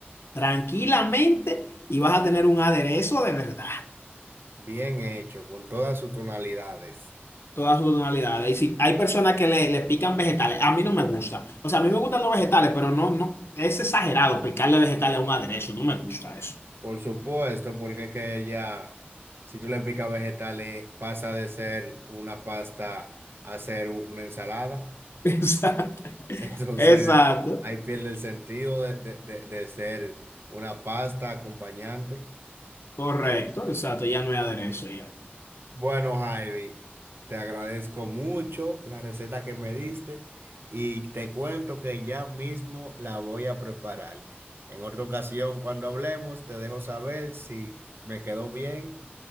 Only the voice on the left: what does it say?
tranquilamente y vas a tener un aderezo de verdad,
todas sus tonalidades. Y si hay personas que le, le pican vegetales, a mí no me gusta. O sea, a mí me gustan los vegetales, pero no, no, es exagerado picarle vegetales a un aderezo, no me gusta eso.
<laughs> Exacto,
exacto,
correcto, exacto, ya no hay aderezo ya.